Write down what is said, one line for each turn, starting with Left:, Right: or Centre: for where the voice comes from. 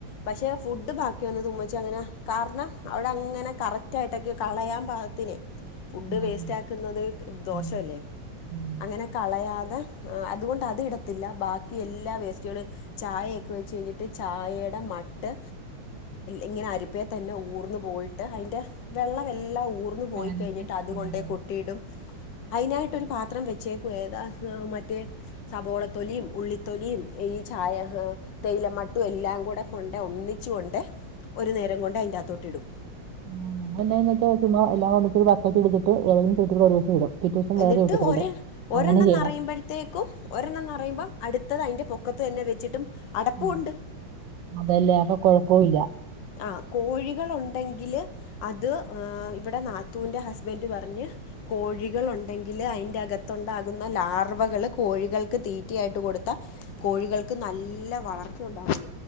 Left: പക്ഷെ ഫുഡ് ബാ ക്കി വന്നത് ഉമ്മച്ചി അങ്ങനെ കാരണം അവടങ്ങനെ കറക്റ്റ് ആയിട്ടക്കെ കളയാൻ പാത്തിനെ ഫുഡ്
Right: ഉണ്ടാക്കൂല
Left: വേസ്റ്റാക്കുന്നത് ദോഷല്ലേ
Right: ഉം ഉം
Left: അങ്ങനെ കളയാതെ അതുകൊണ്ട് അത് ഇടത്തില്ല ബാക്കി എല്ലാ വേസ്റ്റുകളും ചായക്കെ വെച്ച് കഴിഞ്ഞിട്ട് ചായേടെ മട്ട് ഇങ്ങനെ അരിപ്പ് പ്പേ തന്നെ ഊർന്നു പോയിട്ട് അയിന്റെ വെള്ളവെല്ലാം ഊർ വുടുന്ന് പോയി
Right: കളഞ്ഞിട്ട്
Left: കെഴിഞ്ഞിട്ട് അതുകൊണ്ടേ
Right: കൊണ്ടിടുവായിരിക്കും
Left: കൊട്ത്തീടും അയിനായിട്ടൊരു പാത്രം ച്ചേക്കുവാ ഏതാ മറ്റേ സവോളത്തൊലിയും ഉള്ളിത്തൊലിയും ഈ ചായ തേയിലമട്ടും എല്ലാം കൂടെ കൊണ്ടേ ഒന്നിച്ചു കൊണ്ടേ ഒരു നേരം കൊണ്ട് അയിന്റാത്തോട്ടിടും.
Right: ആഹ് അതെന്തേയ്ന്നച്ച ചുമ്മ എല്ലാം കൂടെട്ട് ബക്കറ്റെടുത്തിട്ട് ഏതേം ചോട്ടിക്കൂടെ ഒരൂസം ഇടും. പിറ്റേ ദിവസം
Left: എന്നിട്ട്
Right: വേറെ ചോട്ടിൽ
Left: ഒരെ
Right: ഇടും
Left: ഒരെണ്ണം
Right: അങ്ങനെ ചെയ്യണം
Left: നെറയുമ്പഴത്തേ ക്കും ഒരെണ്ണ പറയുമ്പം അടുത്തത് അതിന്റെ പൊക്കത്ത് തന്നെ വെച്ചിട്ടും അടപ്പൂണ്ട്
Right: ഉം. അതല്ലേ അപ്പൊ കൊഴപ്പോല്ല
Left: ആഹ് കോഴികളുണ്ടെങ്കില് അത് ആഹ് ഇവിടെ നാത്തൂൻ്റെ ഹസ്ബൻഡ് പറഞ്ഞ് കോഴികൾ ഉണ്ടെങ്കില് അയ്ന്റെ അകത്തുണ്ടാകുന്ന ലാർവകള് കോഴികൾക്ക് തീറ്റ ആയിട്ട് കൊടുത്താ കോഴികൾക്ക് നല്ല വളർച്ച ഉണ്ടാ <inaudible>